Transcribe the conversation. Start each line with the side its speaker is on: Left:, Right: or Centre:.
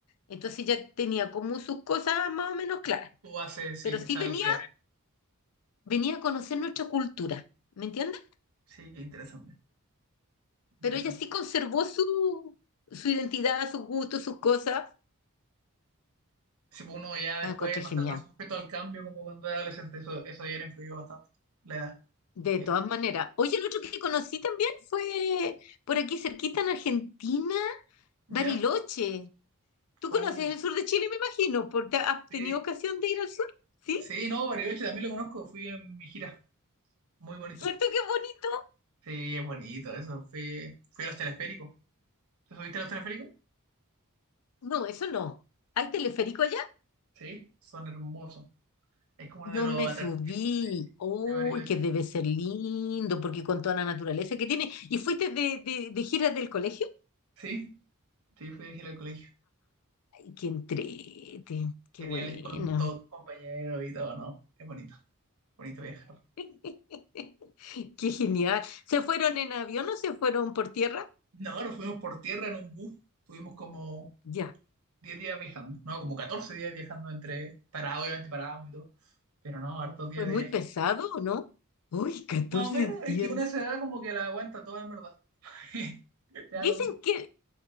Left: Entonces ya tenía como sus cosas más o menos claras.
Right: tú haces, sí,
Left: Pero sí
Right: establecida.
Left: venía, venía a conocer nuestra cultura, ¿me entiendes?
Right: Sí, qué interesante. Interesante.
Left: Pero ella sí conservó su, su identidad, sus gustos, sus cosas.
Right: Si uno ya después
Left: Ah, encontré
Right: no
Left: genial.
Right: está tan sujeto al cambio como cuando era adolescente, eso, eso ya era influido bastante, la edad.
Left: De
Right: Y
Left: todas
Right: el-
Left: maneras. Oye, el otro que conocí también fue por aquí cerquita en Argentina,
Right: ¿Ya?
Left: Bariloche. Tú
Right: Uh,
Left: conoces el sur de Chile, me imagino, porque has
Right: sí.
Left: tenido ocasión de ir al sur, ¿sí?
Right: Sí, no, Bariloche también lo conozco, fui en mi gira, muy bonito.
Left: ¿Cierto que es bonito?
Right: Sí, es bonito, eso, fui, fui a los teleféricos. ¿Te subiste a los teleféricos?
Left: No, eso no. ¿Hay teleférico allá?
Right: Sí, son hermosos. Es como uno
Left: No
Right: de los
Left: me
Right: atractivos
Left: subí.
Right: de,
Left: Uy,
Right: de Bariloche.
Left: que debe ser lindo, porque con toda la naturaleza que tiene. ¿Y fuiste de, de, de giras del colegio?
Right: Sí, sí, fui a gira al colegio.
Left: Ay, qué entrete, qué
Right: Genial
Left: bueno.
Right: ir con todos tus compañeros y todo, ¿no? Es bonito, bonito viajar.
Left: <laughs> Qué genial. ¿Se fueron en avión o se fueron por tierra?
Right: No, nos fuimos por tierra en un bus, tuvimos como
Left: Ya,
Right: 10 días viajando, no, como 14 días viajando entre, para, obviamente parábamos y todo, pero no, hartos días
Left: fue muy
Right: de viaje.
Left: pesado, ¿no? Uy, 14
Right: Más o menos, es
Left: días.
Right: que una se da como que la aguanta toda en verdad. <laughs> Te da
Left: Dicen
Right: lo mismo.
Left: que